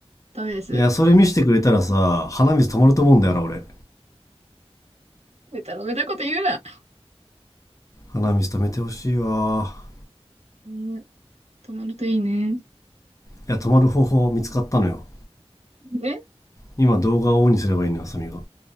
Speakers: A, on the right (about 90°); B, on the left (about 30°).
A: ダメです。
B: いや、それ見せてくれたらさ、鼻水止まると思うんだよな、俺。
A: ベタベタこと言うな。
B: 鼻水止めてほしいわ。
A: うん、止まるといいね。
B: いや、止まる方法見つかったのよ。
A: え
B: 今動画をオンにすればいいのよ、サミが。